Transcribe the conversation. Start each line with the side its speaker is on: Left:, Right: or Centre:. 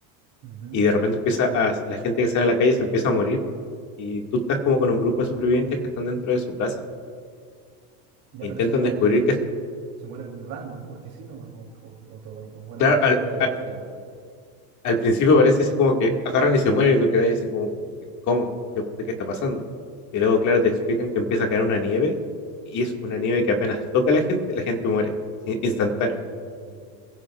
Right: Ujú.
Left: y de repente empieza a, la gente que sale a la calle se empieza a morir y tú estás como con un grupo de supervivientes que están dentro de su casa,
Right: Ya,
Left: intentan
Right: pero se mueren,
Left: descubrir que,
Right: se mueren random, porque sí nomás, o, o, o todo, o bueno,
Left: claro,
Right: es parte
Left: al-
Right: de la
Left: a-
Right: historia.
Left: al principio parece así como que agarran y se mueren y tú quedas así como, ¿cómo? ¿Qué, qué está pasando? Y luego, claro, te explican que empieza a caer una nieve y es una nieve que apenas toca a la gente, la gente muere, sí, instantáneo.
Right: Ah, ya.